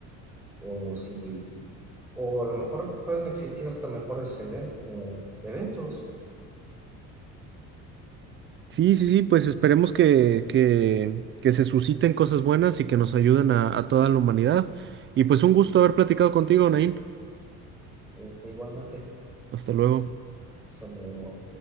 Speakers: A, in the centre; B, on the right.
A: o si O a lo mejor pueden existir hasta mejores even- o eventos,
B: Sí, sí, sí, pues esperemos que, que, que se susciten cosas buenas y que nos ayuden a, a toda la humanidad. Y pues un gusto haber platicado contigo, Nain.
A: este, igualmente.
B: Hasta luego.
A: O sea, lo,